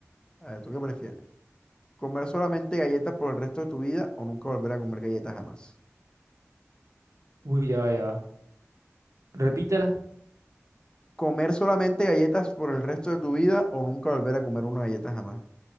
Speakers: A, on the left; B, on the right.
A: A ver, ¿tú qué prefieres? ¿Comer solamente galletas por el resto de tu vida o nunca volver a comer galletas jamás?
B: Uy, ya va, ya va. Repítala.
A: ¿Comer solamente galletas por el resto de tu vida o nunca volver a comer una galleta jamás?